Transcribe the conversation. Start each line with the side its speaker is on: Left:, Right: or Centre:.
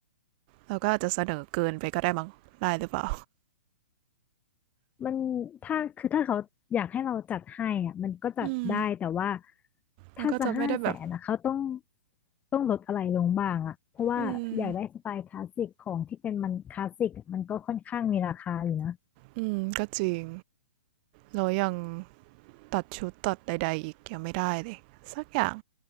Right: แล้วก็อาจจะเสนอเกินไปก็ได้มั้งได้หรือเปล่า
Left: มันถ้าคือถ้าเขาอยากให้เราจัดให้อ่ะมันก็จัดได้แต่ว่า
Right: อืม
Left: ถ้าจะห้าแสนนะเขาต้อง
Right: มันก็จะไม่ได้แบบ
Left: ต้องลดอะไรลงบ้างอ่ะเพราะว่าอยากได้สไตล์คลาสสิกของที่เป็นมันคลาสสิกอะมันก็ค่อนข้างมีราคาอยู่นะ
Right: อืม อืม ก็จริง เรายังตัดชุดตัดใดๆอีกยังไม่ได้เลยสักอย่าง